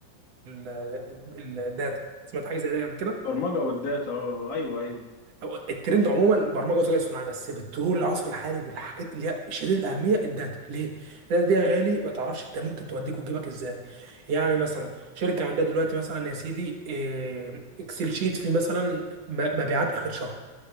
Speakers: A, on the right (about 60°); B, on the left (about 75°).
A: <laughs> ال الداتا سمعت حاجه زي ده قبل كده
B: برمجة والداتا اه ايوه ايوه
A: هو الترند عموما البرمجه والذكاء الاصطناعي بس بترول العصر الحالي والحاجات اللي هي شديد الاهميه الداتا ليه؟ الداتا دي يا غالي ما تعرفش انت ممكن توديك وتجيبك ازاي يعني مثلا شركه عندها دلوقتي مثلا يا سيدي إيه، اكسل شيت فيه مثلا م- مبيعات اخر شهر